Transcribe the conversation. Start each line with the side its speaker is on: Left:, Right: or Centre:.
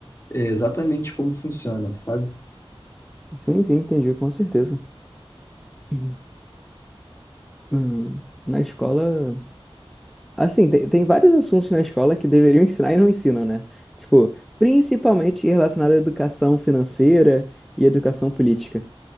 Left: É exatamente como funciona, sabe?
Centre: Sim, sim, entendi, com certeza. Uhum. Hum, Na escola Assim, tem, tem vários assuntos na escola que deveriam ensinar e não ensinam, né? Tipo, principalmente relacionado à educação financeira e educação política.